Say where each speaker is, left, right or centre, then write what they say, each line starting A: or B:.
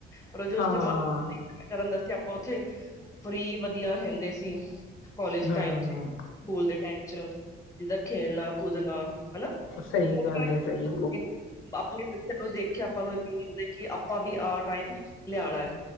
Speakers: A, on the left; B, on the left.
A: ਪਰ ਓ ਜੋ
B: ਹਾਂ
A: ਜਮਾ ਕਰਨ ਦਾ ਵਾਸਤੇ ਆਪਾਂ ਓਥੇ ਫ੍ਰਰੀ ਵਧੀਆ ਰੈਹਦੇ ਸੀ ਕੋਲਜ
B: ਹਾਂ
A: ਟਾਈਮ ਚ ਸਕੂਲ ਦੇ ਟਾਈਮ ਚ, ਜਿੱਦਾਂ ਖੇਲਣਾ-ਕੁਦਣਾ ਹਨਾ
B: ਸਹੀ
A: <unintelligible>
B: ਗੱਲ ਹੈ ਸਹੀ
A: ਆਪਣੇ ਬੱਚਿਆਂ ਨੂੰ ਦੇਖ ਕੇ, ਆਪਾਂ ਨੂੰ <unintelligible> ਹੁੰਦਾ ਕਿ ਆਪਾਂ ਵੀ ਆ ਟਾਈਮ ਲਆਣਾ